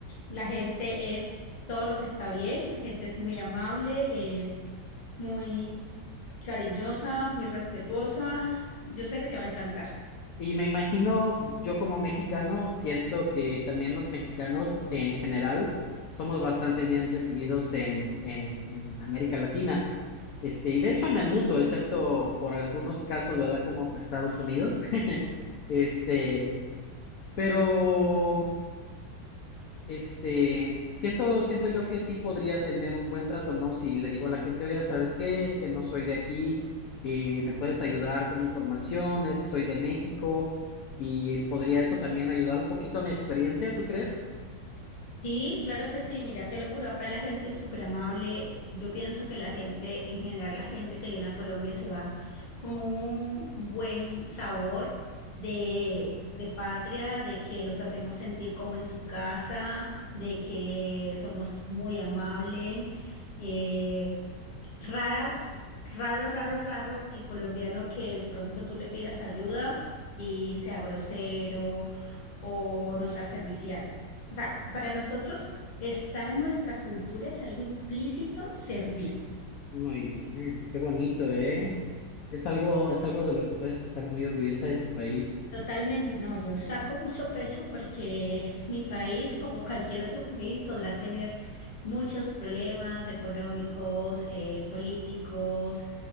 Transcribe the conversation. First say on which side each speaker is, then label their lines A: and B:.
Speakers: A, on the left; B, on the left.
A: La gente es todo lo que está bien, la gente es muy amable, eh, muy cariñosa, muy respetuosa. Yo sé que te va a encantar.
B: Y me imagino, yo como mexicano, siento que también los mexicanos en general somos bastante bien recibidos en, en, en América Latina. Este, y de hecho en el mundo, excepto por algunos casos, ¿verdad? Como Estados Unidos. <laughs> Este, pero Este, siento, siento yo que sí podría tener un buen trato, ¿no? Si le digo a la gente, oye, ¿sabes qué? Es que no soy de aquí, eh, me puedes ayudar con información, Es- soy de México, y podría eso también ayudar un poquito a mi experiencia, ¿tú crees?
A: Sí, claro que sí, mira, te lo juro, acá la gente es súper amable. Yo pienso que la gente, en general, la gente que viene a Colombia se va con un buen sabor de, de patria, de que los hacemos sentir como en su casa, de que somos muy amables. eh, Rara, raro, raro, raro el colombiano que de pronto tú le pidas ayuda y sea grosero o no sea servicial. O sea, para nosotros está en nuestra cultura, es algo implícito servir.
B: Muy bien, qué bonito, ¿eh? Es algo, es algo de lo que puedes estar muy orgullosa de tu país.
A: Totalmente, no, yo saco mucho pecho porque mi país, como cualquier otro país, podrá tener muchos problemas económicos, eh, políticos,